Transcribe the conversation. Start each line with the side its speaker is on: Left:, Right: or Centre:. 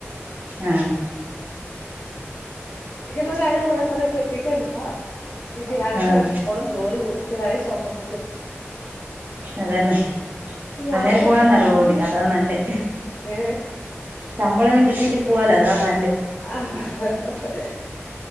Right: ആഹ്
Left: കെട്ടിക്കുന്ന കാര്യം പറെ കുറ കെട്ടിക്കണ്ട എനിക്ക് യാത്ര
Right: ആഹ്
Left: ഒക്കെ പോണന്ന് ജോലിക്കായി സംഭവം
Right: അതന്നെ
Left: യാത്ര
Right: അന്നേരം പോവാന്നറ ഓളോടി അതാ നല്ലേ
Left: ഏ
Right: ശമ്പളംല്ലാം കിട്ടിയിട്ട് പോവാലോ അതാ നല്ലെ
Left: ആ <unintelligible>